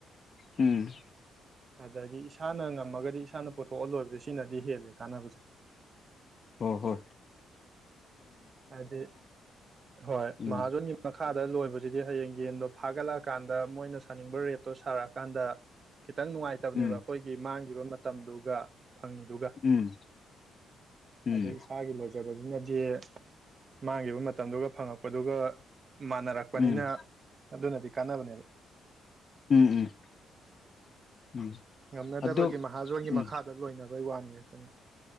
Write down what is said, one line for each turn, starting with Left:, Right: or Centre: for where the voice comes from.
Left: ꯎꯝ
Right: ꯑꯗꯨꯗꯒꯤ ꯏ ꯏꯁꯥꯅ ꯉꯝꯃꯒꯗꯤ ꯏꯁꯥꯅ ꯄꯨꯊꯣꯛꯍꯜꯂꯣꯏꯕꯁꯦ ꯁꯤꯅꯗꯤ ꯍꯦꯜꯂꯦ ꯀꯥꯟꯕꯨꯨꯖꯦ
Left: ꯍ ꯍꯣ
Right: ꯍꯥꯏꯗꯤ ꯍꯣꯏ
Left: ꯎꯝ
Right: ꯃꯍꯥꯖꯣꯟꯒꯤ ꯃꯈꯥ ꯗ ꯂꯣꯏꯕꯁꯤꯗꯤ ꯍꯌꯦꯡ ꯌꯦꯟꯗꯣ ꯐꯥꯒꯠꯂꯛꯑꯀꯥꯟꯗ ꯑ ꯃꯣꯏꯅ ꯁꯥꯅꯤꯡꯕ ꯔꯦꯠꯇꯣ ꯁꯥꯔꯛꯑꯀꯥꯟꯗ ꯈꯤꯇꯪ ꯅꯨꯡꯉꯥꯏꯇꯕꯅꯦꯕ
Left: ꯎꯝ
Right: ꯑꯩꯈꯣꯏꯒꯤ ꯃꯥꯡ ꯏꯕ ꯃꯇꯝꯗꯨꯒ ꯐꯪꯉꯤꯗꯨꯒ
Left: ꯎꯝ ꯎꯝ
Right: ꯑꯗꯣ ꯏꯁꯥꯒꯤ ꯂꯣꯏꯖꯕꯁꯤꯅ ꯌꯦꯦ ꯃꯥꯡꯈꯤꯕ ꯃꯇꯝꯗꯨꯒ ꯐꯪꯉꯛꯄꯗꯨꯒ ꯃꯥꯟꯅꯔꯛꯄꯅꯤꯅ
Left: ꯎꯝ
Right: ꯑꯗꯨꯅꯗꯤ ꯀꯥꯟꯅꯕꯅꯦꯕ
Left: ꯎꯝ ꯎꯝ ꯎꯝ
Right: ꯉꯝꯅꯗꯕꯒꯤ
Left: ꯑꯗꯨ
Right: ꯃꯍꯥꯖꯣꯟꯒꯤ
Left: ꯎꯝ
Right: ꯃꯈꯥꯗ ꯂꯣꯏꯅꯕꯩ ꯋꯥꯅꯤ ꯑꯩꯈꯣꯏꯅ